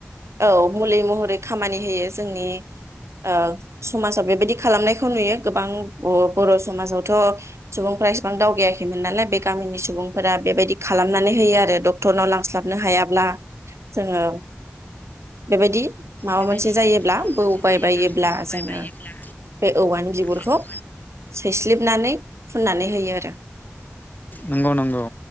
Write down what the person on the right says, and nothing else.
औ मुलि महरै खामानि होयो जोंनि ओ समाजाव बेबायदि खालामनायखौ खौ नुयो गोबां अ बर समाजावथ' सुबुंफ्रा इसेबां दावगायाखै नालाय बे गामिनि सुबुं फोरा बेबायदि खालामनानै होयो आरो डक्टरनाव लांस्लाबनो हायाब्ला जोङो बेबायदि माबा
मोनसे जायोब्ला
बौबाय
बायोब्ला
जोङो
बे औवानि बिगुरखौ
सैस्लिबनानै फुननानै होयो आरो